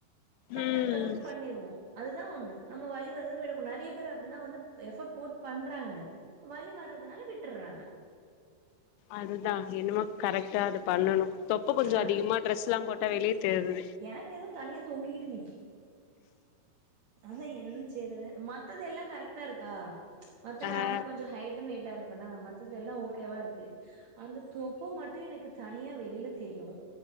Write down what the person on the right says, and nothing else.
டக்
டக் டக்குன்னு பண்ணிருவோ அது தா ஒண்ணு நம்ம வலி வருதுன்னு விட கூட நெறைய பேரு அப்டி தா வந்து எஃபர்ட் போட்டு பண்றாங்க வலி வர்றதுனால விட்டறாங்க
ஆ
எனக்கு எதுவு தனியா தொங்கிக்கிட்டு நிக்கி அதான் என்ன செய்றது மத்தது எல்லாம் கரெக்ட்டா இருக்கா மத்த நா
வந்து கொஞ்சம் ஹைட்டன் வெயிட்டா இருப்பனா எல்லாம் ஓகேவா இருக்கு அந்த தொப்பு மட்டும் எனக்கு தனியா வெளில தெரியு